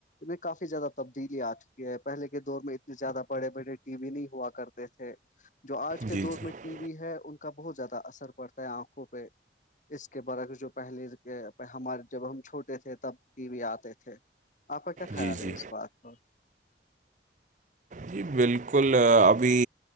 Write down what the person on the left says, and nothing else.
میں کافی زیادہ تبدیلی آ چکی ہے پہلے کے دور میں اتنے زیادہ بڑے بڑے ٹی وی نہیں ہوا کرتے تھے جو آج کے
دور
میں ٹی وی ہے ان کا بہت زیادہ اثر پڑتا ہے آنکھوں پہ اس کے برعک جو پہلے کے ہمارے جب ہم چھوٹے تھے تب ٹی وی آتے تھے آپ کا کیا خیال
ہے اس بات پر